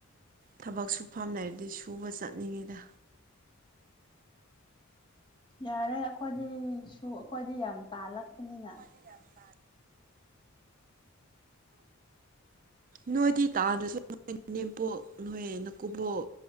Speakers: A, on the right; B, on the left.
A: ꯊꯕꯛ ꯁꯨꯐꯝ ꯂꯩꯔꯗꯤ ꯁꯨꯕ ꯆꯠꯅꯤꯡꯉꯤꯗ
B: ꯌꯥꯔꯦ ꯑꯩꯈꯣꯏꯗꯤ ꯁꯨ ꯑꯩꯈꯣꯏꯗꯤ ꯌꯥꯝ ꯇꯥꯜꯂꯛꯄꯅꯤꯅ
A: <unintelligible> ꯅꯣꯏꯗꯤ ꯇꯥꯟꯗꯁꯨ ꯅꯣꯏ ꯅꯥꯅꯦꯝꯄꯣꯛ ꯅꯣꯏ ꯅꯀꯨꯕꯣꯛ